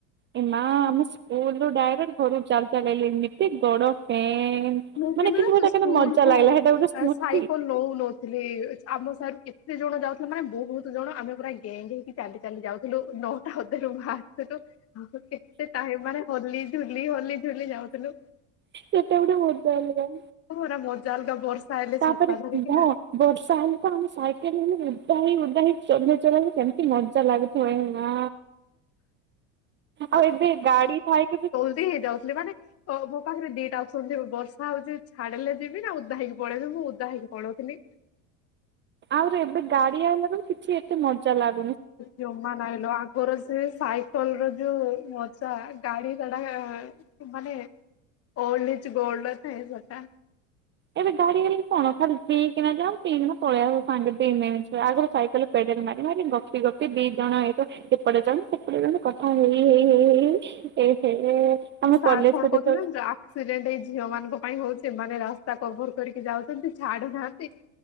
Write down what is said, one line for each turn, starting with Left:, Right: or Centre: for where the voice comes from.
Right: ଏ ମା ଆମ ସ୍କୁଲରୁ ଡ଼ାଇରେଟ୍, ଘରୁ ଚାଲି-ଚାଲି ଆଇଲି ଏମିତି ଗୋଡ଼ ପେନ୍,
Left: ମୁଁ
Right: ମାନେ
Left: କିନ୍ତୁ
Right: କିଛି
Left: ଜାଣିଛୁ
Right: ଗୋଟେ
Left: ସ୍କୁଲକୁ
Right: କେତେ ମଜା ଲାଗିଲା ସେଇଟା ଗୋଟେ
Left: ସା
Right: ସ୍ମୃତି।
Left: ସାଇକଲ ନଉ-ନଉ, ଥିଲୁ ଆମର ସାରୁ କେତେ ଜଣ ଯାଉଥିଲେ ମାନେ ବହୁତ୍ ଜଣ ଆମେ ପୁରା ଗେଙ୍ଗ ହେଇକି ଚାଲି-ଚାଲି ଯାଉ, ଥିଲୁ ନଟା ଅଧରୁ ବାହାରଥିଲୁ, ଆଉ କେତେ ଟାଇମ୍ ମାନେ ହଲି ଝୁଲି ହଲି ଝୁଲି ଯାଉଥିଲୁ,
Right: ସେଟା ଗୋଟେ ମଜା ଅଲଗା,
Left: ହରା ମଜା ଅଲଗା ବର୍ଷା ହେଲେ
Right: ତାପରେ
Left: ଛତା ଧରିକି
Right: ହଁ
Left: ନା,
Right: ବର୍ଷା ହେଲେ ତ ଆମେ ସାଇକେଲ ହେଲେ ଉଦା ହେଇ ଉଦା ହେଇ ଚଲେଇ-ଚଲେଇ କେମିତି ମଜା ଲାଗୁଛି, ହୁଏ ମା ଆଉ ଏବେ ଗାଡ଼ି ଥାଇକି,
Left: ହେଇ ଯାଉଥିଲି ମାନେ, ଓ ମୋ ପାଖରେ ଦିଟା ଅପ୍ସନ୍ ଥିବ ବର୍ଷା ହଉଛି ଛାଡ଼ିଲେ ଯିବି ନା ଓଦା ହେଇକି ପଳେଇିବି ମୁଁ ଓଦା ହେଇକି ପଳଉଥିଲି,
Right: ଆହୁରି ଏବେ ଗାଡ଼ି ଆମର କିଛି ଏତେ ମଜା ଲାଗ୍
Left: ଜମା ନାଇଲୋ ଆଗରୁ ସେ ସାଇ କଲର ଯୋଉ ମଜା ଗାଡ଼ି ଗୁଡ଼ା ମାନେ, ଓଲଡ୍ ଇଯ୍ ଗୋଲଡ୍ ର ଥିଏ ସେଟା,
Right: ଏବେ ଗାଡ଼ି ହେଲେ କଣ ଖାଲିି ପି କିନା ଯିବ ପି କିନା ପଳେଇ ଆସିବ ସାଙ୍ଗେ ଦି ମିନିଟରେ ଆଗରୁ ସାଇକେଲ, ପେଡେଲ ମାରି-ମାରି ଗପି-ଗପି ଦି ଜଣ ହେଇବ, ସେପଟେ ଜଣେ ସେପଟେ ଜଣେ କଥା ହେଇ-ହେଇ-ହେଇ-ହେଇ- ହେଇ ଆମ
Left: ସାର୍
Right: କଲେଜ
Left: କଣ
Right: ଯେତେବେଳେ,
Left: କହୁଥିଲେ ଜାଣିଛ ଆକ୍ସିଡେଣ୍ଟ ଏଇ ଝିଅ ମାନଙ୍କ ପାଇଁ ହଉଛି ଏମାନେ ରାସ୍ତା କଭର କରିକି ଯାଉଛନ୍ତି ଛାଡୁନାହାନ୍ତି,